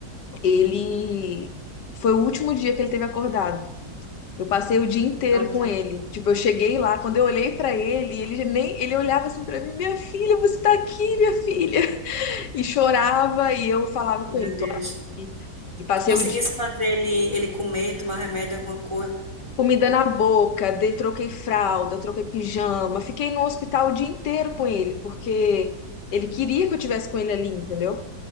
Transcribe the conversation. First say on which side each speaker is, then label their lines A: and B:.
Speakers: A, on the left; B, on the right.
A: ele foi o último dia que ele teve acordado. Eu passei o dia inteiro
B: Nossa,
A: com ele. Tipo, eu cheguei lá, quando eu olhei pra ele, ele já nem ele olhava assim pra mim, minha filha, você tá aqui, minha filha. <laughs> E chorava e eu falava
B: meu
A: com ele,
B: Deus.
A: tô aqui. E passei
B: Tu Conseguisse
A: o dia
B: fazer ele, ele comer, tomar remédio, alguma coisa.
A: com comida na boca, dei, troquei fralda, troquei pijama, fiquei no hospital o dia inteiro com ele, porque ele queria que eu tivesse com ele ali, entendeu?